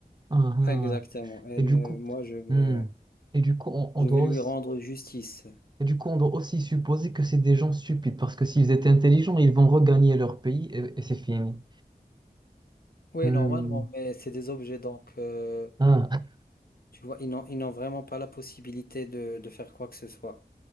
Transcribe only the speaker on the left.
exactement. Et
euh,
moi, je vais,
je
vais lui
rendre justice.
Oui,
normalement, mais c'est des objets, donc. euh,
Tu vois, ils n'ont, ils n'ont vraiment pas la possibilité de, de faire quoi que ce soit.